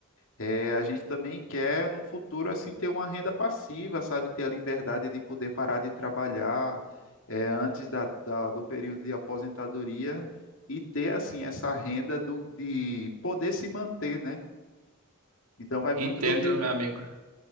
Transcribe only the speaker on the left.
É, a gente também quer, no futuro, assim, ter uma renda passiva, sabe? Ter a liberdade de poder parar de trabalhar é, antes da, da- do período de aposentadoria e ter, assim, essa renda do, de poder se manter, né? Então, vai muito
do que,